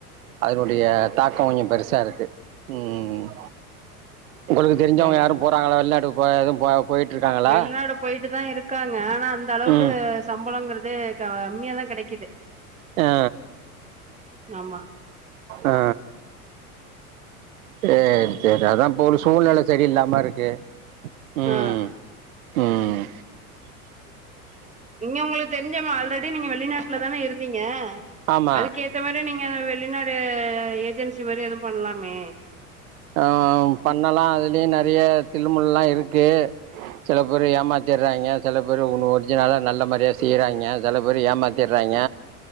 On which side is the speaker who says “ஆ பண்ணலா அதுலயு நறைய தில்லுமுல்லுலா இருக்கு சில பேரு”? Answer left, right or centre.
Right